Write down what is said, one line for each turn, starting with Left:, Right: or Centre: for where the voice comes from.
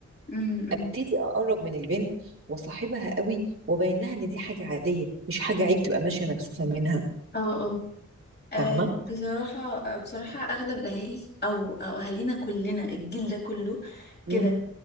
Left: امم أمم.
Right: ابتدي اقرب من البنت وصاحبها قوي وبين لها ان دي حاجه عاديه مش حاجه عيب تبقى ماشيه مكسوفه منها
Left: اه اه آه،
Right: فاهمة
Left: بصراحة آه، بصراحة أغلب الأهالي أو أو أهالينا كلنا الجيل ده كله
Right: مم.
Left: كده